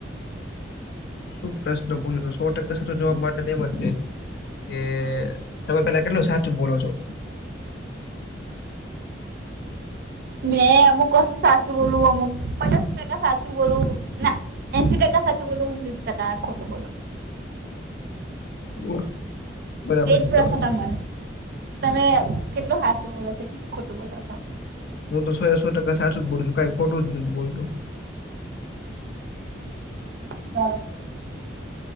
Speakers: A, on the left (about 60°); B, on the right (about 55°).
A: <unintelligible> <unintelligible> જવાબ માટે તેમ જ કે તમે પેલા કેટલું સાચું બોલો છો
B: મેં અમુક કસું સાચું બોલું અમુક પચાસ ટકા સાચું બોલું ના એંશી ટકા સાચી બોલો હું વિસ ટકા ખોટું બોલો
A: <unintelligible> બરાબર
B: એજ
A: છે
B: પ્રસન
A: તો
B: મળે તમે કેટલું સાચું બોલો છો કેટલું ખોટું બોલો છો
A: હું તો સો એ સો ટકા સાચું જ બોલું છું કઈ ખોટું જ નથી બોલતો.
B: <unintelligible>